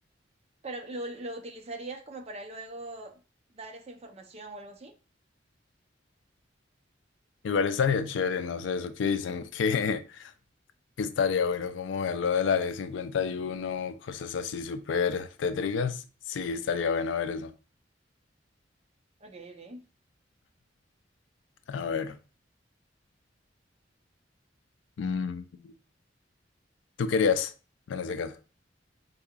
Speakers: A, on the right; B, on the left.
A: Pero lo, lo utilizarías como para luego dar esa información o algo así.
B: Igual estaría chévere, no sé, eso que dicen que, <laughs> que estaría bueno como verlo del área 51, cosas así súper tétricas. Sí, estaría bueno ver eso.
A: Ok, ok.
B: A ver, mm, tú querías, en ese caso.